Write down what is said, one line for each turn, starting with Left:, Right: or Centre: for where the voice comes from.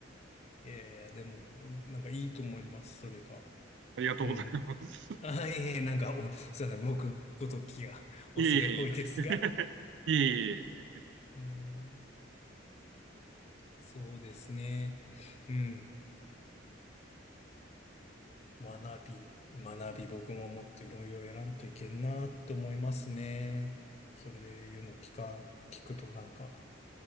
Left: いやいや、でも、なんかいいと思います、それが。
Right: ありがとうございます。
Left: うん。あ、いえいえ、なんか、お、すいません、僕ごときが <laughs> 恐れ多いですが。
Right: いえいえ、いえいえ。
Left: うん、そうですね。うん。学び、学び、僕ももっといろいろやらんといけんなって思いますね。それいうの聞か、聞くとなんか、